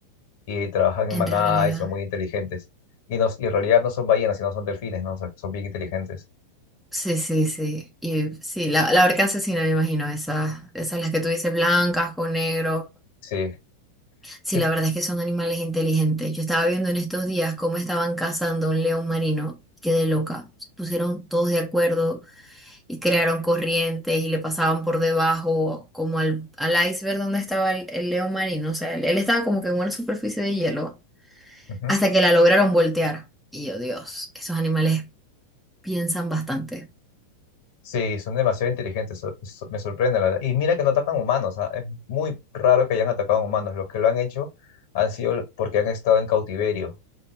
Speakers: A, on the left (about 50°); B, in the centre.
A: Y trabajan en
B: en
A: manada
B: realidad.
A: y son muy inteligentes. Y, no- y en realidad no son ballenas, sino son delfines, ¿no? O sea, que son bien inteligentes.
B: Sí, sí, sí. Y sí, la, la orca asesina, me imagino, esas, esas las que tú dices, blancas con negro.
A: Sí.
B: Sí,
A: Sí.
B: la verdad es que son animales inteligentes. Yo estaba viendo en estos días cómo estaban cazando un león marino. Quedé loca. Se pusieron todos de acuerdo y crearon corrientes y le pasaban por debajo, como al, al iceberg donde estaba el, el león marino. O sea, él, él estaba como que en una superficie de hielo,
A: Ujú.
B: hasta que la lograron voltear. Y yo, Dios, esos animales piensan bastante.
A: Sí, son demasiado inteligentes, so- so- me sorprende la verdad. Y mira que no atacan humanos, ah, Es muy raro que hayan atacado humanos. Los que lo han hecho han sido l- porque han estado en cautiverio